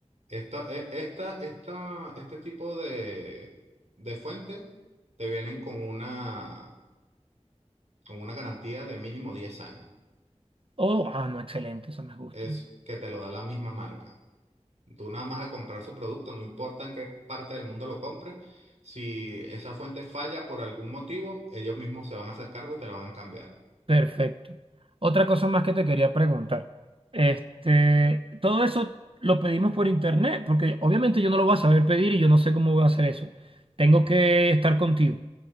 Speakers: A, on the right; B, on the right.
A: Esta, e- esta, esta, este tipo de, de fuentes te vienen con una, con una garantía de mínimo 10 años.
B: Oh, ah, no, excelente, eso me gustó.
A: Es que te lo da la misma marca. Tú nada más a comprar su producto, no importa en qué parte del mundo lo compres, si esa fuente falla por algún motivo, ellos mismos se van a hacer cargo y te la van a cambiar.
B: Perfecto. Otra cosa más que te quería preguntar. Este, todo eso lo pedimos por internet, porque obviamente yo no lo voy a saber pedir y yo no sé cómo voy a hacer eso. Tengo que estar contigo.